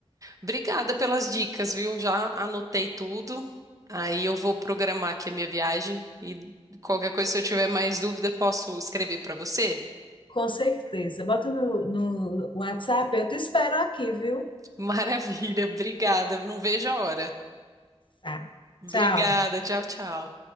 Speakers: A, on the right; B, on the left.
A: Obrigada pelas dicas, viu? Já anotei tudo. Aí eu vou programar aqui a minha viagem e qualquer coisa, se eu tiver mais dúvida, posso escrever para você?
B: Com certeza. Bota no, no WhatsApp, eu te espero aqui, viu?
A: <laughs> Maravilha, obrigada. Não vejo a hora.
B: Tá.
A: Obrigada,
B: Tchau.
A: tchau, tchau.